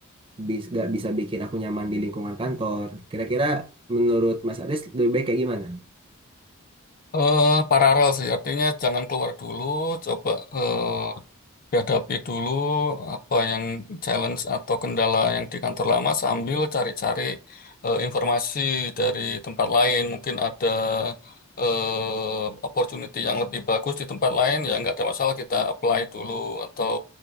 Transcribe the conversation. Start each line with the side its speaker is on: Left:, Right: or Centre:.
Right: bis, gak bisa bikin aku nyaman di lingkungan kantor kira-kira menurut Mas Aris lebih baik kayak gimana?
Left: eh paralel sih, artinya jangan keluar dulu, coba eh, dihadapi dulu apa yang challenge atau kendala yang di kantor lama sambil cari-cari eh, informasi dari tempat lain. Mungkin ada eh, opportunity yang lebih bagus di tempat lain, ya nggak ada masalah kita apply dulu atau